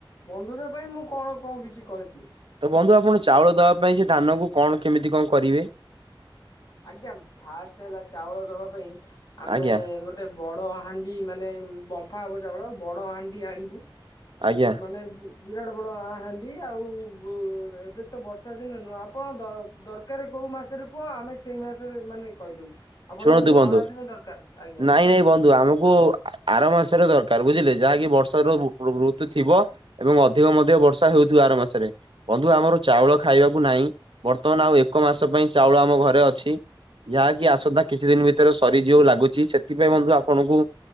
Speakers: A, on the left; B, on the right.
A: ବନ୍ଧୁତା ପାଇଁ ମୁଁ କଣ କଣ କିଛି କରିଦବି।
B: ତ ବନ୍ଧୁ ଆପଣ ଚାଉଳ ଦବା ପାଇଁ ସେ ଧାନ କ କଣ କେମିତି କଣ କରିବେ?
A: ଆଜ୍ଞା ଫାଷ୍ଟ ହେଲା ଚାଉଳ ଦେବା ପାଇଁ ଆମେ
B: ଆଜ୍ଞା
A: ଗୋଟେ ବ ବଡ଼ ହାଣ୍ଡି ମାନେ ବମ୍ଫା ହେବ ଚାଉଳ ବଡ଼ ହାଣ୍ଡି ଆଣିବୁ
B: ଆଜ୍ଞା
A: ମାନେ ବିରାଟ ବଡ଼ ହାଣ୍ଡି ଆଉ ଏବେ ତ ବର୍ଷା ଦିନ ନୁହେଁ ଆପଣ ଦରକାର କେଉଁ ମାସରେ କୁହ ଆମେ ସେଇ ମାସରେ ମାନେ କହିଦେବୁ? ଆପଣ
B: ଶୁଣନ୍ତୁ
A: ବୋଧେ
B: ବନ୍ଧୁ
A: ଖରାଦିନେ ଦରକାର ଆଜ୍ଞା
B: ନାଇଁ ନାଇଁ ବନ୍ଧୁ ଆମକୁ ଆର ମାସରେ ଦରକାର ବୁଝିଲେ ଯାହାକି ବର୍ଷାର ଋତୁ ଥିବ ଏବଂ ଅଧିକ ମଧ୍ୟ ବର୍ଷା ହେଉ ର ମାସରେ ବନ୍ଧୁ ଆମର ଚାଉଳ ଖାଇବାକୁ ନାହିଁ ବର୍ତ୍ତମାନ ଆଉ ଏକ ମାସ ପାଇଁ ଚାଉଳ ଆମ ଘରେ ଅଛି ଯାହାକି
A: ଆଜ୍ଞା
B: ଆସତାା ଭିତରେ ସରିଯଉ ଲାଗୁଛି ସେଥିପାଇଁ ବଧୁ ଆପଣଙ୍କୁ